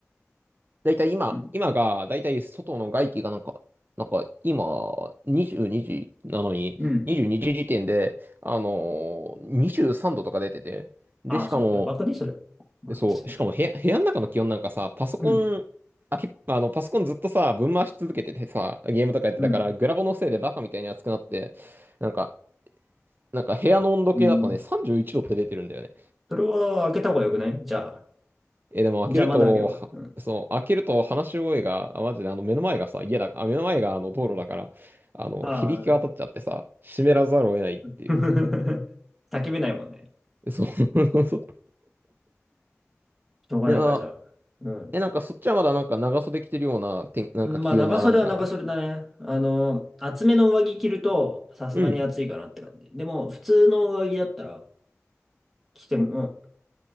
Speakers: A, on the right; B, in the centre.
A: だいたい今、
B: うん。
A: 今が、だいたい外の外気がなんか、なんか、今、22時なのに、
B: うん。
A: 22時時点で、あのー、23度とか出てて、で、
B: ああ、
A: しかも、
B: そう。やばくね、それ。待って。
A: そう。しかも部屋、部屋の中の気温なんかさ、パソコン、
B: うん。
A: あけ、あの、パソコンずっとさ、ぶん回し続けててさ、ゲームとかやってたから、
B: うん。
A: グラボのせいでバカみたいに熱くなって、なんか、なんか部屋の温度計だとね、
B: うん。
A: 31度って出てるんだよね。
B: それは開けた方がよくないじゃあ。
A: え、でも開けると、
B: じゃあ、まだ開けるわ。
A: はそう、
B: うん。
A: 開けると話し声が、あ、マジであの目の前がさ、家だ、あ、目の前があの道路だから、あの、
B: ああ。
A: 響き渡っちゃってさ、湿らざるを得ないっていう。
B: <laughs> 叫べないもんね。
A: そう。<laughs> そう
B: しょうがないか、
A: いや、
B: じゃあ。うん。
A: え、なんかそっちはまだなんか長袖着てるような、てん、なんか気温な感じなの
B: うんまあ、長袖は長袖だね。あの、厚めの上着着ると、さすがに暑いかなって感じ。
A: うん
B: でも、普通の上着だったら、着ても、うん